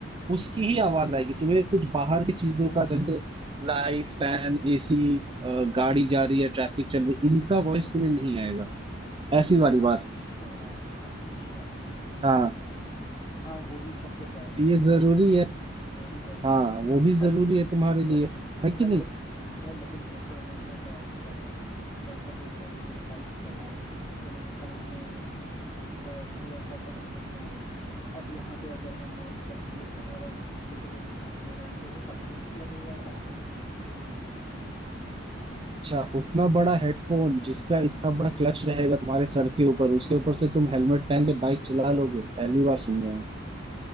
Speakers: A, on the right; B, on the left.
A: उसकी ही आवाज आएगी तुम्हें कुछ बाहर की चीजों का जैसे लाइट फैन एसी गाड़ी जा रही है ट्रैफिक चल रही है इनका वॉइस तुम्हें नहीं आएगा ऐसी वाली बात
B: अच्छा अच्छा अच्छा अच्छा
A: हाँ
B: अच्छा अच्छा हाँ वो भी सबसे बेस्ट
A: तो ये
B: है
A: जरूरी है
B: वो भी बेस्ट
A: हाँ
B: है <laughs> यार
A: वो भी जरूरी है तुम्हारे लिए
B: यार
A: है कि
B: यार
A: नहीं
B: लेक, यार लेकिन जैसे अगर मैं ड्राइव कर रहा हूँ लेट्स सपोज दैट मैं बाइक चला रहा हूँ तो मैंने कान में वो वो, अ, पूरा सा पहन रखा है अब यहाँ पे अगर मैं नॉइस कैंसिलेशन वाला लूँ पीछे से कोई हॉर्न दे रहा है मेरे को पता ही नहीं लगेगा यार
A: अच्छा उतना बड़ा हेडफोन जिसका इतना बड़ा क्लच रहेगा तुम्हारे सर के ऊपर उसके ऊपर से तुम हेलमेट पहन के बाइक चला लोगे पहली बार सुन रहा हूँ